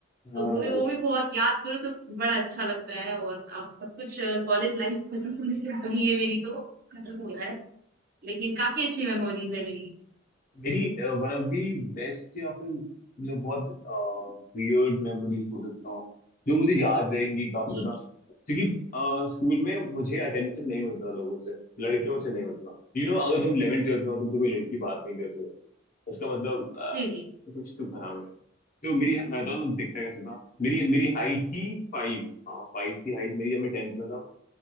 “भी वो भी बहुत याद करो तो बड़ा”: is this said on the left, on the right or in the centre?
Right